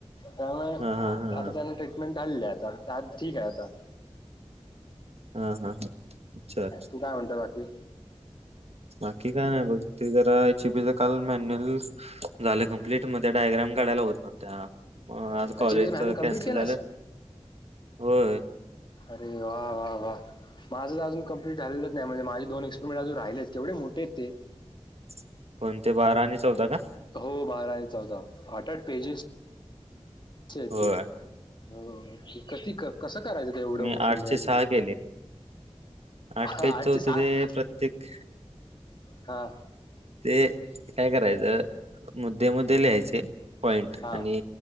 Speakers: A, on the left; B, on the right.
A: त्यामुळे
B: हा हा
A: आता
B: हा हा
A: त्याना ट्रीटमेंट झालेली आहे आता आ ठीक आहे आता.
B: हा हा हा. अच्छा
A: तू काय म्हणतो बाकी?
B: बाकी काय नाही बघ ते जरा चुपीच काल मॅन्युअल झालं कंप्लीट म ते डायग्राम काढायला होत नव्हत्या, मग
A: याची
B: आज कॉलेजच
A: मॅन्युअल कम्प्लीट
B: कॅन्सल
A: केलास
B: झालं. होय.
A: अरे वा वा वा! माझंच अजुन कंप्लीट झालेलंच नाही म्हणजे माझे दोन एक्सुमेंट अजुन राहिलेत केवढे मोेठे आहेत ते
B: <inaudible> बारा आणि चौदा का
A: हो बारा आणि चौदा आठ-आठ पेजेस चे आहेत
B: होय
A: ते कथी कस करायचं ते एवढं
B: मी
A: मोठं
B: आठशे
A: लिहायचं
B: सहा
A: ते.
B: केले आठ पेजच
A: आठशे
B: होत
A: सहा
B: ते प्रत्येक
A: हा
B: ते काय करायचं मुद्दे-मुद्दे लिहायचे पॉईंट
A: हा
B: आणि